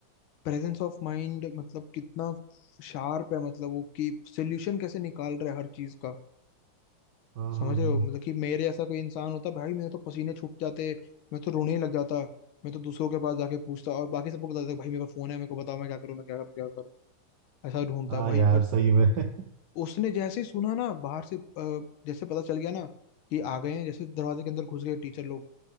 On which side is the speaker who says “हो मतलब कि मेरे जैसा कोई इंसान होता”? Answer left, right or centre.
Left